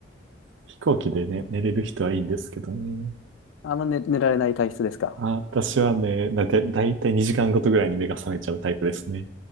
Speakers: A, on the right; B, on the left.
A: 飛行機でね、寝れる人はいいんですけどね。
B: あんま寝、寝られない体質ですか
A: あ、私はね、だいたい2時間ごとぐらいに目が覚めちゃうタイプですね。